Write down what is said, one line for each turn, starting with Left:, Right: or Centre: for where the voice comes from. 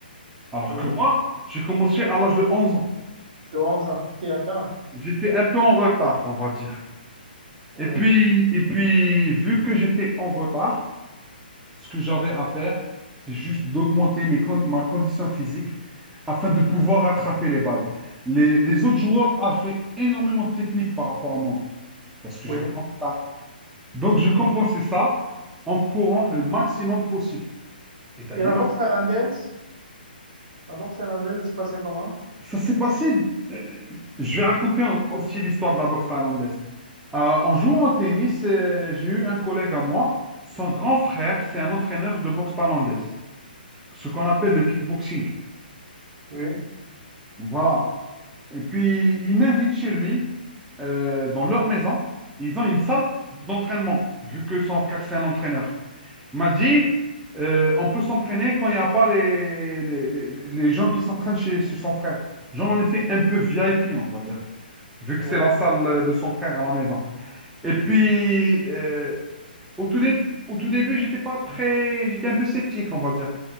Centre: Alors
Right: Oui.
Centre: que moi, j'ai commencé à l'âge de 11 ans.
Right: de 11 ans, Théâtre.
Centre: J'étais un peu en retard, on va dire.
Right: Oui,
Centre: Et puis, et puis, vu que j'étais en retard, ce que j'avais à faire, c'est juste d'augmenter mes con- ma condition physique afin de pouvoir attraper les balles. Les, les autres joueurs avaient énormément de technique par rapport à moi parce que
Right: oui.
Centre: j'étais en retard. Donc, je compensais
Right: oui.
Centre: ça en courant le maximum possible. Et d'ailleurs,
Right: Et la boxe thaïlandaise? La boxe thaïlandaise, ça se passait comment?
Centre: ça s'est passé. euh, je vais raconter un- aussi l'histoire de la boxe thaïlandaise. Euh, en jouant au tennis, euh, j'ai eu un collègue à moi. Son grand frère, c'est un entraîneur de boxe thaïlandaise, ce qu'on appelle le kickboxing.
Right: Oui,
Centre: Voilà. Et puis, il m'invite chez lui, euh, dans leur maison. Ils ont une salle d'entraînement, vu que son frère, c'est un entraîneur. Il m'a dit, euh, on peut s'entraîner quand il n'y a pas les, les, les- les gens qui s'entraînent chez, chez son frère. Genre, on était un peu VIP, on va dire, vu que
Right: oui.
Centre: c'est la salle de son frère à la maison. Et puis, euh, au tout dé- au tout début, j'étais pas très... J'étais un peu sceptique, on va dire.